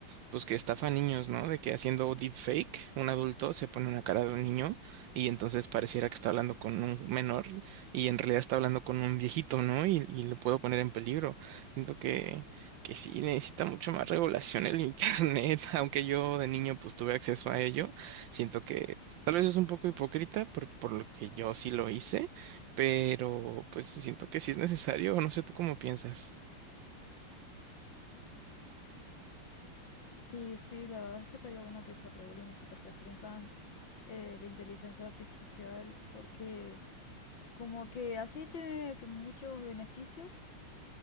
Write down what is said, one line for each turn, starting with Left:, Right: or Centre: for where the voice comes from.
Right: pues pues, que estafa a niños, ¿no? De que haciendo deepfake, un adulto se pone una cara de un niño y entonces pareciera que está hablando con un menor y en realidad está hablando con un viejito, ¿no? Y, y lo puedo poner en peligro. Siento que, que sí necesita mucho más regulación el <laughs> internet, aunque yo de niño pues tuve acceso a ello. Siento que tal vez es un poco hipócrita por, por lo que yo sí lo hice, pero pues siento que sí es necesario, no sé tú cómo piensas.
Left: Y sí, la verdad es que estaría bueno que se regulen y se te restrinjan eh, la inteligencia artificial porque como que así tiene que muchos beneficios